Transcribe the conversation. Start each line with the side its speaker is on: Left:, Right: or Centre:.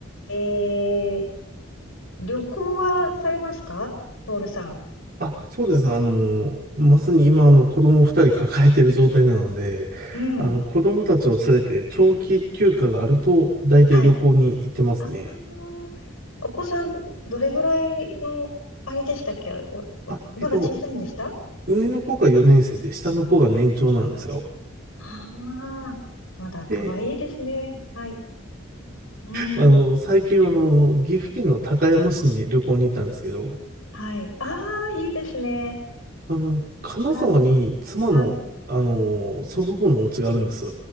Left: えー、旅行はされますかポールさん。
Right: あ、そうです。あの、まさに今、あの、子供二人抱えている状態なので、
Left: うん。
Right: あの、子供たちを連れて長期休暇があると、大体旅行に行ってますね。
Left: はい。ああ、お子さん、どれぐらいの、あれでしたっけお、おまだ小さいんでした
Right: あ、えっと、上の子が4年生で、下の子が年長なんですよ。
Left: ああー、まだ可愛いですね。
Right: で、
Left: はい。うん。
Right: あの、最近、あの、岐阜県の高山市に旅行に行ったんですけど、
Left: はい。ああ、いいですね。
Right: あの、金沢に妻の、
Left: はい。はい。
Right: あの、祖父母のお家があるんです。